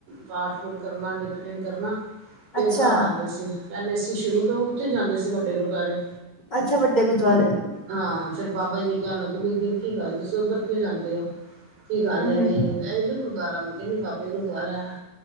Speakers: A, on the right; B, on the left.
A: ਪਾਠ- ਪੂਠ ਕਰਨਾ, ਨਿਤ ਨੇਮ ਕਰਨਾ ਫੇਰ
B: ਅੱਛਾ
A: ਘਰ ਆਉਂਦੇ ਸੀ। ਪਹਿਲੇ ਅਸੀਂ ਸ਼ੁਰੂ ਤੋਂ ਉੱਥੇ ਜਾਂਦੇ ਸੀ, ਵੱਡੇ ਗੁਰਦੁਆਰੇ।
B: ਅੱਛਾ ਵੱਡੇ ਗੁਰਦੁਆਰੇ
A: ਹਾਂ ਫੇਰ ਬਾਬਾ ਜੀ ਕਹਿਣ ਲੱਗ, ਵੀ ਕੀ ਗੱਲ ਦੱਸੋ ਉਧਰ ਕਿਓ ਜਾਂਦੇ ਹੋ। ਕੀ ਗੱਲ
B: ਹਮ
A: ਏ
B: ਹਮ
A: ਬਾਈ ਐ ਨਹੀਂ ਗੁਰਦੁਆਰਾ, ਮੈਂ ਕਿਹਾ ਨੀ ਬਾਬੇ ਗੁਰਦੁਆਰਾ ਐ।